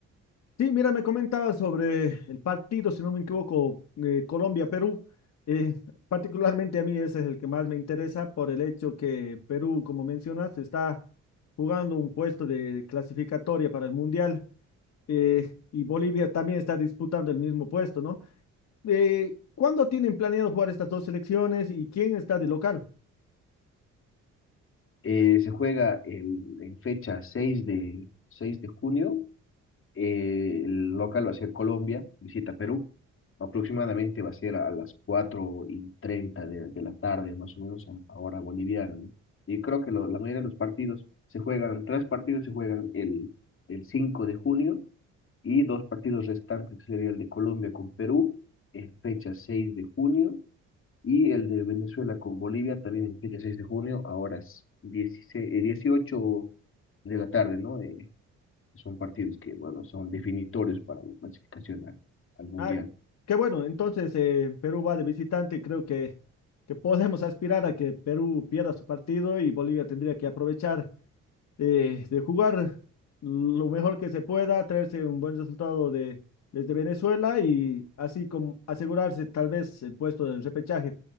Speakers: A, on the left; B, on the left.
A: Sí, mira, me comentaba sobre el partido, si no me equivoco, eh, Colombia-Perú. Eh, particularmente a mí ese es el que más me interesa por el hecho que Perú, como mencionas, está jugando un puesto de clasificatoria para el Mundial eh, y Bolivia también está disputando el mismo puesto, ¿no? Eh, ¿cuándo tienen planeado jugar estas dos selecciones y quién está de local?
B: Eh, se juega el, en fecha seis de, seis de junio Eh, el local va a ser Colombia, visita Perú. Aproximadamente va a ser a las 4 y 30 de, de la tarde, más o menos a, a hora boliviana, ¿no? Y creo que lo- la mayoría de los partidos se juegan, tres partidos se juegan el, el 5 de junio y dos partidos restantes, que sería el de Colombia con Perú en fecha 6 de junio y el de Venezuela con Bolivia también en fecha 6 de junio a horas dieciséis eh, 18 de la tarde, ¿no? Eh, que Son partidos que, bueno, son definitorios para la clasificación al, al Mundial.
A: Ah, qué bueno. Entonces, eh, Perú va de visitante. Creo que, que podemos aspirar a que Perú pierda su partido y Bolivia tendría que aprovechar eh, de jugar lo mejor que se pueda, traerse un buen resultado de, desde Venezuela y así como asegurarse tal vez el puesto del repechaje.